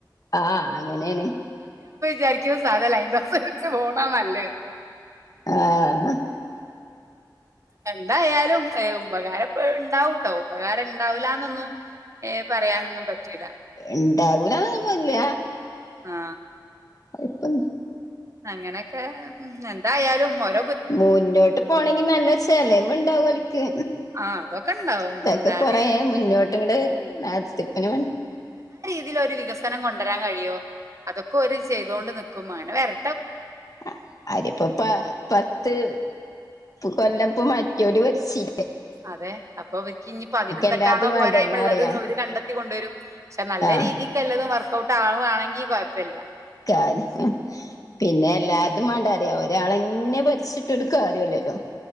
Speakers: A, on the left; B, on the right.
A: ആ അങ്ങനെണ്
B: ചാരിക്കും സാധാ ലൈൻ ബസ് വിളിച്ച് പോണ നല്ലേ
A: ആഹ
B: എന്തായാലും ഏ ഉപകാര ണ്ടാവും ട്ടോ ഉപകാരം ഇണ്ടാവൂലന്നൊന്നും ഏ പറയാനൊന്നും പറ്റില്ല
A: ഉണ്ടാകൂലന്നൊന്നുല്ല
B: ആ
A: ഇപ്പൊ
B: അങ്ങനെയൊക്കെ എന്തായാലും മോശ
A: മുന്നോട്ട് പോണെങ്കിൽ നല്ല ചെലവുണ്ടാവും ഓല്ക്ക്
B: ആ അതൊക്കെ ഉണ്ടാവും
A: ഇതൊക്കെ
B: എന്താണ്
A: കൊറേ മുന്നോട്ട് ഇങ്ങട് നടത്തിപ്പിന്
B: ഇതില ഒരു വികസനം കൊണ്ടുവരാൻ കഴിയോ അതൊക്കെ ഓര് ചെയ്തോണ്ട് നിക്കും അങ്ങനെ വെര
A: ആ അര്പ്പൊ പ പത്ത് കൊല്ലപ്പോ മറ്റോര് ഭരിച്ചി
B: അതെ അപ്പൊ അവർക്ക് ഇനിയിപ്പോ അതിലെന്തൊക്കാണോ
A: എല്ലാതും
B: പോരായ്മ
A: വേണ്ടേ ഒന്നറിയാം
B: ഉള്ളത് അവര് കണ്ടത്ത ത്തി കൊണ്ടുവരും ക്ഷെ നല്ല
A: ആഹ്
B: രീതിക്ക്ല്ലതും വർക്ക്ഔട്ട് ആളുകുണെങ്കിൽ കുഴപ്പമില്ല
A: കാന് ഹ് പിന്നെ എല്ലാ അത് മേണ്ടറ ഒരാൾെന്നെ ഭരിച്ചിട്ട് എടുക്കാ <unintelligible>